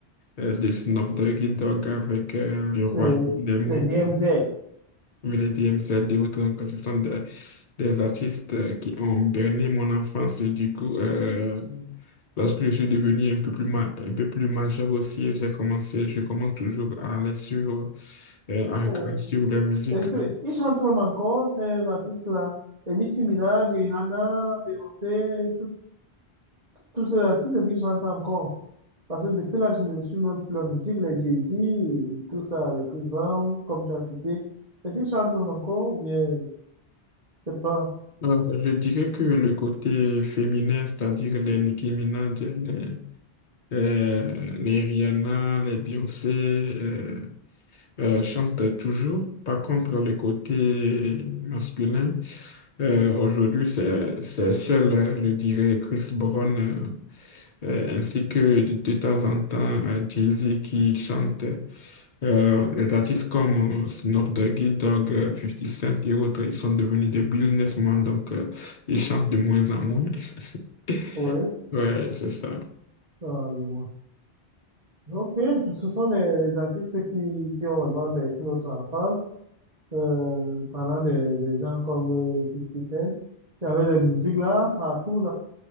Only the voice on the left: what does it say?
euh, de Snoop Doggy Dogg avec euh, le roi
des mots
l'EDM, c'est des autres, donc ce sont des, des artistes euh, qui ont berné mon enfance. Et du coup, euh, lorsque je suis devenu un peu plus, ma- un peu plus majeur aussi, j'ai commencé, je commence toujours à les suivre, euh, à
regarder sur leur musique.
euh.
Euh, je dirais que le côté féminin, c'est-à-dire les Nicki Minaj, les, euh, les Rihanna, les Beyoncé, euh, euh, chantent toujours. Par contre, le côté masculin, Euh, aujourd'hui, c'est, c'est seul, euh, je dirais, Chris Brown, euh, euh, ainsi que de, de temps en temps euh, Jay-Z qui chante. Euh, les artistes comme euh, Snoop Doggy Dogg, euh, 50 Cent et autres, ils sont devenus des businessmen, donc euh, ils chantent de moins en moins. <laughs>
Ouais, c'est ça.